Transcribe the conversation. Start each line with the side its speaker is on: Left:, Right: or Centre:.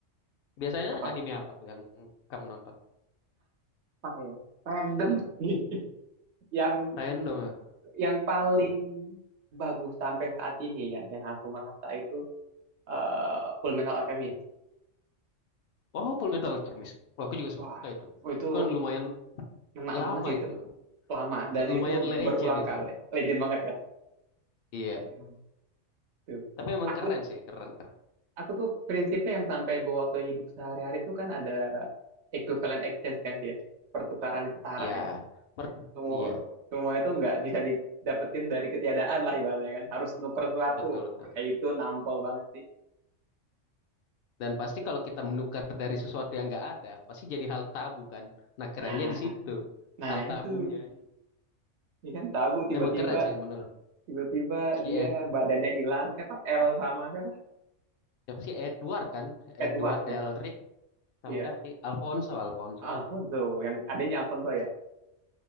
Left: Biasanya
Right: Apa?
Left: anime apa tuh yang kamu nonton?
Right: Apa ya? Random. <laughs> Yang
Left: Random. ya?
Right: yang paling bagus sampai saat ini ya yang aku merasa itu eh, Full Metal Alchemist.
Left: Oh, Full metal Alchemist. Wah, aku juga
Right: Wah,
Left: suka itu.
Right: oh itu
Left: Itu kan lumayan
Right: ngena
Left: lama
Right: banget sih itu.
Left: itu.
Right: Lama dan
Left: Lumayan
Right: itu
Left: legend
Right: berulang
Left: itu.
Right: kali. Legend banget ya.
Left: Iya.
Right: Legend banget. Tuh.
Left: Tapi emang
Right: Aku
Left: keren sih, keren keren.
Right: aku tuh prinsipnya yang sampai bawa ke hidup sehari-hari tuh kan ada equivalent exchange kan dia pertukaran yang setara
Left: Iya.
Right: kan
Left: Per-
Right: semua
Left: iya,
Right: semua itu nggak bisa didapetin dari ketiadaan lah ibaratnya kan harus nuker sesuatu
Left: betul betul.
Right: wah itu nampol banget sih
Left: Dan pasti kalau kita menukar dari sesuatu yang nggak ada, pasti jadi hal tabu kan. Nah, kerennya
Right: nah
Left: di situ.
Right: nah
Left: Hal tabunya.
Right: itu ya kan tabu tiba-tiba
Left: Emang keren saya menurut
Right: tiba-tiba
Left: si
Right: dia
Left: Ed.
Right: badannya hilang siapa L sama siapa
Left: Siapa sih Edward kan?
Right: Edward
Left: Edward
Right: ya
Left: Elric sama
Right: iya
Left: siapa sih? Alfonso, Alfonso.
Right: Alfonso yang adanya Alfonso ya